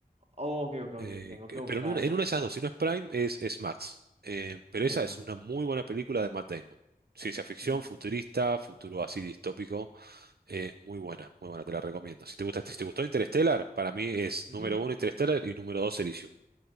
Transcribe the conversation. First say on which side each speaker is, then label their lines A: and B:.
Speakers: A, on the right (about 40°); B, on the right (about 80°).
A: Oh, ok, ok, ok.
B: Eh,
A: Tengo
B: que-
A: que buscarla.
B: pero en una, en una de esas dos, si no es Prime, es, es Max. Eh, pero
A: Ok,
B: esa
A: ok.
B: es una muy buena película de Matt Damon. Ciencia ficción,
A: Mm,
B: futurista, futuro así distópico. eh, muy buena, muy buena, te la recomiendo. Si te gusta, si te gustó Interstellar, para mí es
A: ujú.
B: número uno Interstellar y número dos Elysium,